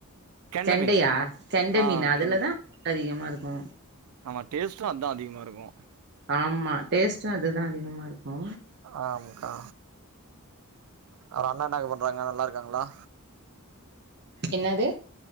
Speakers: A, on the right; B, on the right.
A: கெண்ட
B: செண்டையா
A: மீன்
B: செண்ட
A: ஆ
B: மீனா அதுலதா
A: கெண்ட
B: அதிகமா இருக்கு
A: ஆமா டேஸ்ட்டு அதா அதிகமா இருக்கு
B: ஆமா டேஸ்ட்டு அதுதா அதிகமா இருக்கு
A: ஆமாக்கா வேற அண்ண என்னக்கா பண்றாங்க நல்லாருக்காங்களா
B: என்னாது